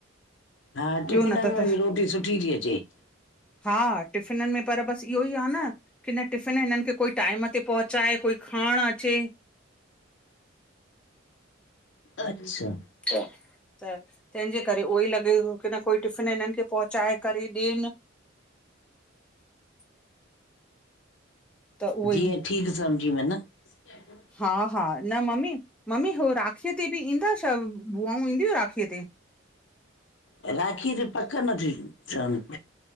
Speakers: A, on the left; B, in the centre.
A: हा
B: ॿियो
A: टिफ़िनन
B: न त
A: में
B: त
A: बि रोटी सुठी थी अचे।
B: हा टिफ़िनन में पर बस इहो ई आह न की न टिफ़िन हिनन खे कोई टाइम। ते पहुचाए कोई खांन अचे।
A: अच्छा।
B: त तं हिंजे करे उहो ई लॻे की न कोई टिफ़िन हिनन खे पहुचाए करे ॾेन। <inaudible> त उहो
A: जीअं
B: ई
A: ठीक समझी मन। स्केडुअल।
B: हा हा न मम्मी मम्मी हो राखीअ ते बि ईंदा छा बुआऊं ईंदियूं राखीअ ते?
A: राखीय ते पक्क नथी चवन।